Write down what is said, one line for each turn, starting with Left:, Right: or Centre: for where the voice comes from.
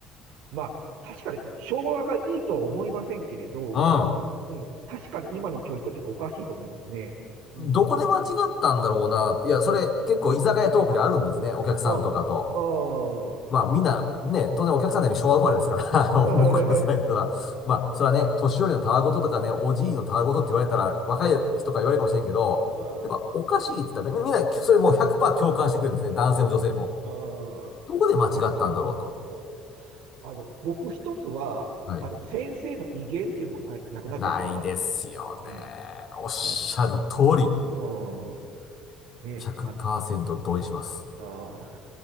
Right: まあ、確かに昭和がいいとは思いませんけれど、
Left: あ
Right: うん、確かに今の教育はちょっとおかしいと思いますね。うん。
Left: どこで間違ったんだろうな。いや、それ結構居酒屋トークであるんですね。お客さんとかと。
Right: お、おー。
Left: まあみんな、ね、当然お客さんで昭和生まれですから、<laughs> あの、
Right: <laughs>
Left: 僕の世代だから、まあそれはね、年寄りのたわごととかね、おじいのたわごとって言われたら若い人から言われるかもしれんけど、
Right: うんうん
Left: やっぱおかしいって言ったらみみんなそれもう100%共感してくれるんですね。男性も女性も。
Right: うんうん
Left: どこで間違ったんだろうと。
Right: うんあの、僕一つは、
Left: はい。
Right: あの、先生の威厳っていうのもな、なくなったのかなと
Left: ないですよね。
Right: 思って。
Left: おっしゃる通り、
Right: うん。うんね、
Left: 100%
Right: あ、
Left: 同意します。
Right: あ、<laughs> あ